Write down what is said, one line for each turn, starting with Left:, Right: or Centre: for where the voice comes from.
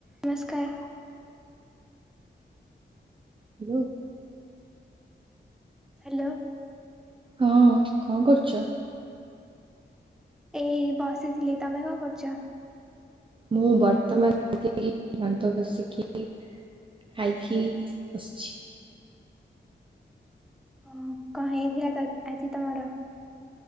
Centre: ନମସ୍କାର
Right: hello-
Centre: hello
Right: ହଁ କଣ କରୁଛ
Centre: ଏଇ ବସିଥିଲି ତମେ କଣ କରୁଛ
Right: ମୁଁ ବର୍ତ୍ତମାନ ଘାନ୍ତ ବଷିକି ଖାଇକି ବସିଛି
Centre: ହଁ କଣ ହେଇଥିଲା ଆଜି ତମର